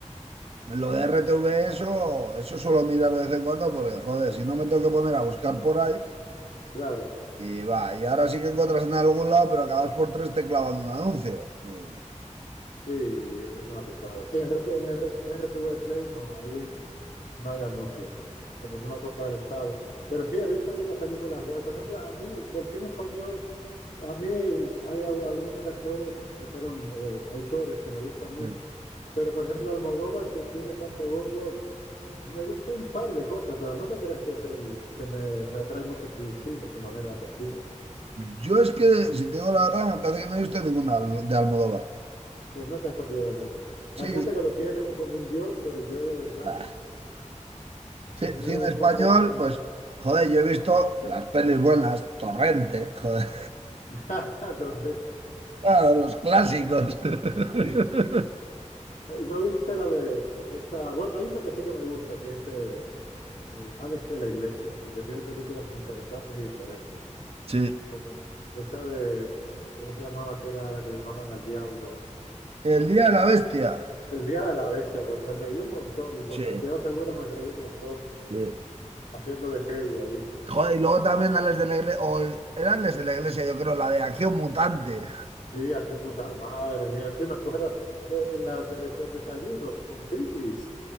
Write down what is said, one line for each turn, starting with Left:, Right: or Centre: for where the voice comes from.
Right: lo de RTV, eso, eso suelo mirar de vez en cuando, porque joder, si no me tengo que poner a buscar por ahí,
Left: Claro,
Right: y va, y ahora sí que encuentras en algún lado, pero acabas por tres te clavan un anuncio. Y, eh,
Left: sí, eso es una putada. Sí, en, RT en R- RTV Play no, ahí en- no hay anuncios, como es una cosa del Estado. Pero sí, he visto algunas películas guay. Por ejemplo, a mí, del cine español... A mí el- hay a- algunos actores, eh, perdón, eh, autores que me gustan mucho.
Right: eh.
Left: Pero, por ejemplo, Almodóvar, que tiene tanto bombo, me gusta un par de cosas, pero no te creas que es el que me, me atrae mucho su cine, su manera de hacer cine.
Right: Yo es que, si te digo la verdad, me parece que no he visto ninguna de Almodóvar.
Left: Pues no te has perdido de mucho.
Right: Sí,
Left: Hay gente que lo tiene como un dios, pero yo de verdad
Right: bah,
Left: veo
Right: ci- cine
Left: un
Right: español,
Left: poco...
Right: pues, joder, yo he visto las pelis buenas, Torrente, joder,
Left: <laughs> Torres.
Right: <laughs> claro, los clásicos. <laughs>
Left: Eh, ¿No viste la de esta? Bueno, hay uno que sí que me gusta, que es eh, eh, Alex de la Iglesia, porque tiene películas interesantes y diferentes,
Right: Sí.
Left: como esa de, ¿cómo se llamaba? Que era la que llamaban al diablo.
Right: El
Left: Ah,
Right: Día de la Bestia.
Left: El Día de la Bestia, pues me reí un montón y con
Right: Sí,
Left: Santiago Segura me reí un montón
Right: sí.
Left: haciendo de heavy ahí.
Right: Joder, y luego también a Les de la Iglesia, o eran Les de la Iglesia, yo creo, la de Acción Mutante.
Left: Sí, Acción Mutal, madre mía, sí me acuerdo eh, en la televisión Desayunos con Tripis.